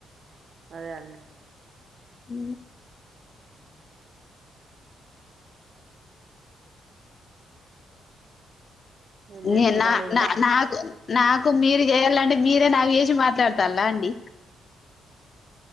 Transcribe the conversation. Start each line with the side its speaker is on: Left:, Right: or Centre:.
Right: అదే అండి
Left: అ
Right: ఏం చేస్తురండి
Left: నే నా
Right: ఇంకా
Left: నా నాకు నాకు మీరు చేయాలంటే మీరే నాకు చేసి మాట్లాడత అండి